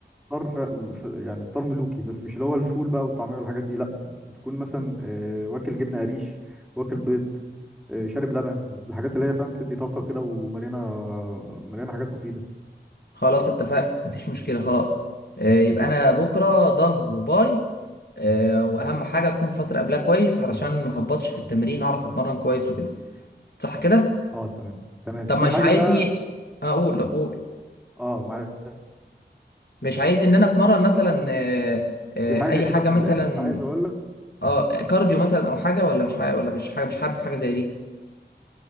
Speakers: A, in the centre; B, on the left (about 60°).
A: فطار ف... ف... يعني فطار ملوكي بس مش اللي هو الفول بقى والطعمية والحاجات دي لا تكون مثلا آه، واكل جبنة قريش واكل بيض آه، شارب لبن الحاجات اللي هي فاهم بتدي طاقة كده ومليانة مليانة حاجات مفيدة
B: خلاص اتفقنا مفيش مشكله خلاص آه يبقى انا بكره ظهر وباي آه، واهم حاجه اكون فتره قبلها كويس علشان ما هبطش في التمرين اعرف اتمرن كويس وكده صح كده
A: اه تمام تمام
B: طب
A: في
B: مش
A: حاجة
B: عايزني
A: بقى
B: اقول اقول
A: اه معلش
B: مش عايزني ان انا اتمرن مثلا آه، آه،
A: في حاجة
B: اي
A: كده
B: حاجه
A: في
B: مثلا
A: الآخر عايز أقول لك
B: اه كارديو مثلا او حاجه ولا مش عاي... ولا مش حاجه مش حابب حاجه زي دي